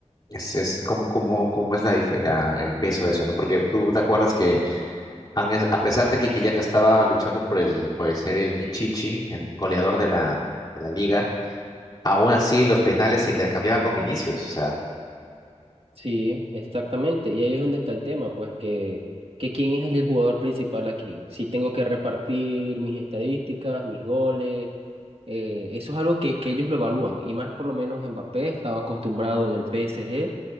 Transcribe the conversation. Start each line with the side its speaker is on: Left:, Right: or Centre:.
Left: Es, es como, como, como es la, dif- la- el peso de eso, ¿no? Porque tú te acuerdas que han- es- a pesar de que Kylian estaba luchando por el, por ser el Pichichi, el goleador de la, de la liga, Aún así, los penales se intercambiaban con Vinicius, o sea,
Right: Sí, exactamente. Y ahí es donde está el tema, pues que, que quién es el jugador principal aquí. Si tengo que repartir mis estadísticas, mis goles, eh, eso es algo que, que ellos lo evalúan. Y más por lo menos Mbappé estaba acostumbrado en el PSG